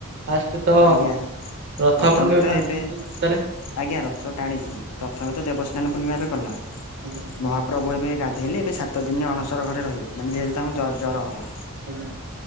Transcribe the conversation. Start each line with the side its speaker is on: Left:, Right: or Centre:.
Right: ଫାଷ୍ଟ ତ
Left: ଆଜ୍ଞା
Right: ରଥ
Left: ପ୍ରଥମେ
Right: ଆପଣ କେବେ
Left: ତ
Right: ଟାଣିଚନ୍ତି
Left: ଏବେ
Right: କି <unintelligible> ରେ
Left: ଆଜ୍ଞା ରଥ ଟାଣିଛି ପ୍ରଥମେ ତ ଦେବସ୍ନାନ ପୂର୍ଣ୍ଣିମା ବି ଗଲା
Right: ଆଜ୍ଞା।
Left: ମହାପ୍ରଭୁ ଏବେ ଗାଧେଇଲେ ଏବେ ସାତ ଦିନି ଅଣସର ଘରେ ରହିବେ ମାନେ ଯେହେତୁ ତାଙ୍କୁ ଜର ହବ।
Right: ଆଜ୍ଞା।